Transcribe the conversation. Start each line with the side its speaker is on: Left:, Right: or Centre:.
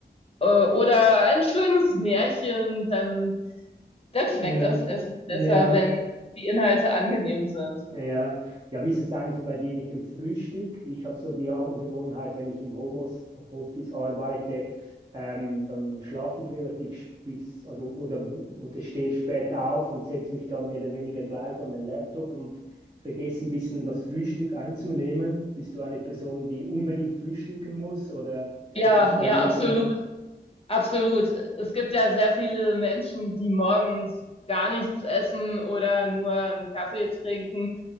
Left: äh, oder ein schönes Märchen. Dann dann schmeckt
Right: ja,
Left: das Essen
Right: ja,
Left: besser, wenn die Inhalte angenehm sind.
Right: ja. Ja, wie ist es eigentlich bei dir mit dem Frühstück? Ich habe so die Angewohnheit, wenn ich im Homeoffice arbeite, ähm, dann schlafe ich relativ sp- bis, also oder, oder stehe spät auf und setze mich dann mehr oder weniger gleich an den Laptop und vergesse ein bisschen das Frühstück einzunehmen. Bist du eine Person, die unbedingt frühstücken muss oder
Left: Ja,
Right: ist es bei
Left: ja,
Right: dir
Left: absolut.
Right: so?
Left: Absolut. Es gibt ja sehr viele Menschen, die morgens gar nichts essen oder nur einen Kaffee trinken.